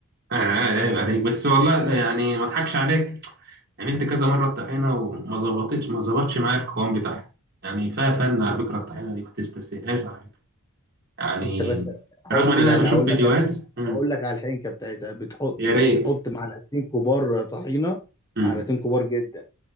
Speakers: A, on the right (about 45°); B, on the left (about 15°).
A: آه آه، عيب عليك بس والله يعني ما اضحكش عليك عملت كذا مره الطحينه وما ظبطتش ما ظبطش معايا القوام بتاعها يعني فيها فن على فكره الطحينه دي ما تستسهلهاش على فكرة. يعني
B: انت بس حط
A: رغم ان انا
B: لا لا
A: بشوف
B: اقول
A: فيديوهات
B: لك انا
A: مم.
B: اقول لك على الحنكه بتاعتها بتحط
A: يا
B: بتحط
A: ريت
B: معلقتين كبار طحينه
A: مم.
B: معلقتين كبار جدا